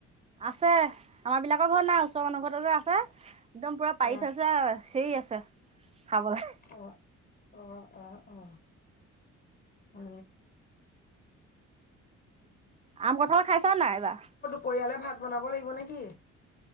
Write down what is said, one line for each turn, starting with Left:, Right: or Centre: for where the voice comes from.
Right: আছে, আমাৰ বিলাকৰ ঘৰত নাই। ওচৰ মানুহ ঘৰত যে আছে, একদম পুৰা
Left: অ'।
Right: পাৰি থৈছে। চিঞৰী আছে খাবলৈ
Left: অ অ অ অ অ
Right: আম কঁঠাল খাইছা নাই এইবাৰ
Left: পৰিয়ালে ভাত বনাব লাগিব নেকি